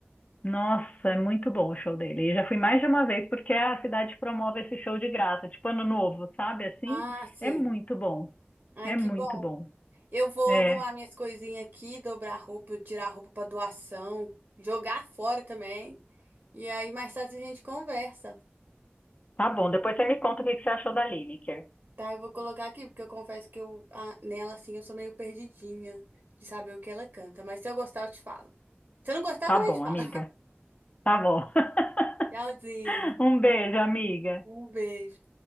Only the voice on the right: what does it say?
Ah, sim.
Ai,
que
bom.
Eu vou
arrumar minhas coisinhas aqui, dobrar roupa, tirar roupa para doação, jogar fora também. E aí mais tarde a gente conversa,
tá? Eu vou colocar aqui, porque eu confesso que eu, ah, nela, assim, eu sou meio perdidinha de saber o que ela canta. Mas se eu gostar, eu te falo. Se eu não gostar,
também
te falo.
<laughs> Tchauzinho.
Um beijo.